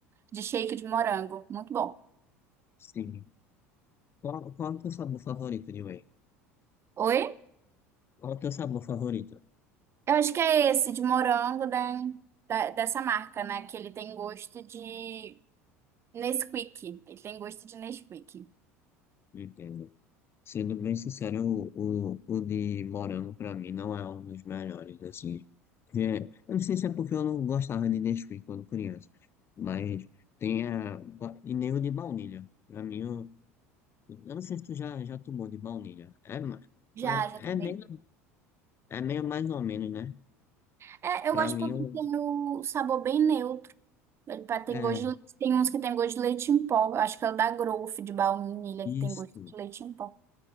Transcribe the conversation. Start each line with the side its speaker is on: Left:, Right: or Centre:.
Right: de shake de morango, muito bom.
Left: sim. Qual, qual é o teu sabor favorito de whey?
Right: Oi?
Left: Qual é o teu sabor favorito?
Right: Eu acho que é esse, de morango da, da- dessa marca, né? Que ele tem gosto de Nesquik. Ele tem gosto de Nesquik.
Left: Entendo. Sendo bem sincero, o, o, o de morango pra mim não é um dos melhores, assim. É, eu não sei se é porque eu não gostava de Nesquik quando criança, mas tem a, e nem o de baunilha. Pra mim, eu, eu não sei se tu já, já tomou de baunilha. É, ma-
Right: Já, já
Left: é,
Right: também.
Left: é meio, é meio mais ou menos, né?
Right: É,
Left: Pra
Right: eu gosto
Left: mim,
Right: porque
Left: eu,
Right: tem o sabor bem neutro. Ele pa- tem
Left: é,
Right: gosto de leite- tem uns que tem gosto de leite em pó. Eu acho que é o da Growth de baunilha
Left: isso,
Right: que tem gosto de leite em pó.